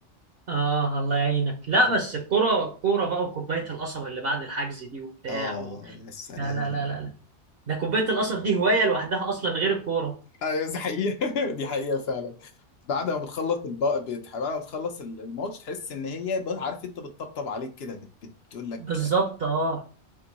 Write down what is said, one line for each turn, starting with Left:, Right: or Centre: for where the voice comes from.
Right: آه، الله يعينك لا
Left: كده
Right: بس الكوره الكوره بقى وكوبايه القصب اللي بعد الحجز دي وبتاع
Left: اه يا سلام
Right: لا لا لا لا لا. ده كوباية القصب دي هواية لوحدها أصلا غير الكورة
Left: ايوه دي حقيقة <laughs> دي حقيقة فعلا بعد ما بتخلص الب... بت... بعد ما بتخلص ال- الماتش تحس ان هي ب- عارف انت بتطبطب عليك كده بت... بت- بتقول لك
Right: بالظبط اه